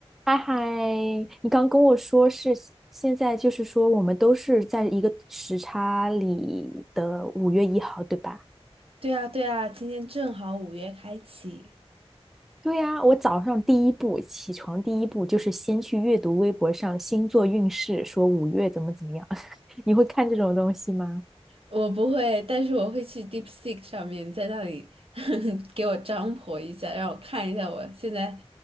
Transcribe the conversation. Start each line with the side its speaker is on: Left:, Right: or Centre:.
Centre: 嗨嗨，你刚跟我说是现现在，就是说我们都是在一个时差里的五月一号，对吧？
Right: 对啊，对啊，今天正好五月开启，
Centre: 对呀，我早上第一步起床，第一步就是先去阅读微博上星座运势，说五月怎么怎么样。<laughs> 你会看这种东西吗？
Right: 我不会，但是我会去 DeepSeek 上面，在那里 <laughs> 给我张婆一下，让我看一下我现在，